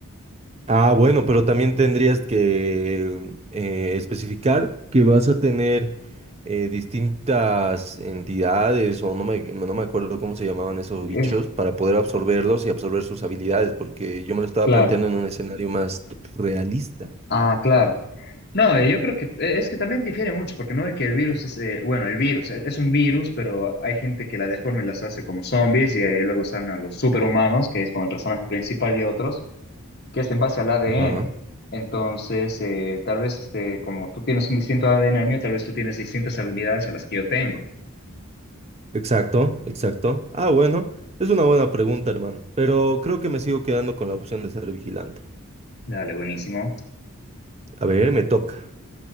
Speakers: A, on the right; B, on the left.
A: Ah, bueno, pero también tendrías que eh, especificar que vas a tener eh, distintas entidades o no me, no me acuerdo cómo se llamaban esos
B: Es
A: bichos para poder absorberlos y absorber sus habilidades, porque yo me lo estaba
B: claro.
A: planteando en un escenario más realista.
B: Ah, claro. No, eh, yo creo que eh, es que también difiere mucho, porque no ve que el virus es, eh, bueno, el virus eh, es un virus, pero hay gente que la deforma y las hace como zombies y eh, luego salen a los superhumanos, que es como el personaje principal y otros, que es en base al ADN.
A: Ajá,
B: Entonces, eh, tal vez este, como tú tienes un distinto ADN al mío, tal vez tú tienes distintas habilidades a las que yo tengo.
A: exacto, exacto. Ah, bueno, es una buena pregunta, hermano, pero creo que me sigo quedando con la opción de ser vigilante.
B: Dale, buenísimo.
A: A ver, me toca.